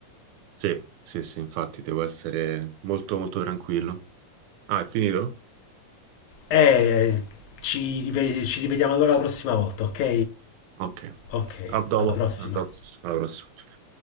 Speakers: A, on the right; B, on the left.
A: Sì, sì, sì, infatti devo essere molto, molto tranquillo. Ah, è finito?
B: E ci, rive- ci rivediamo allora la prossima volta, ok?
A: Ok.
B: Ok,
A: A dopo.
B: alla prossima.
A: A dopo. Alla prossima.